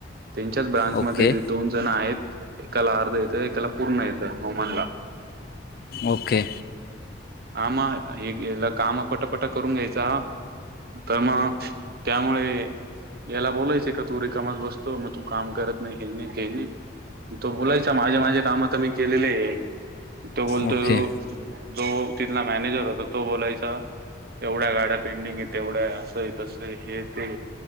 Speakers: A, on the right; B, on the left.
A: त्यांच्याच ब्रांचमध्येध्ये
B: ओके,
A: दोन जण आहेत एकाला अर्धेत एकाला पूर्ण येतं नोमालला
B: ओके
A: ह म हेलं काम फटाफट करून घ्यायचा हा तर मग त्यामुळे याला बोलायचंय का तू रिकामच बसतो मग तू काम करत नाही हे नाही ते नाही तो बोलायचा माझे माझे काम तर मी केलेले आहे तो बोलतो
B: ओके.
A: जो तिथला मॅनेजर होता तो बोलायचा एवढ्या गाड्या पेंडिंग य तेवढ्या असंय तसं हे ते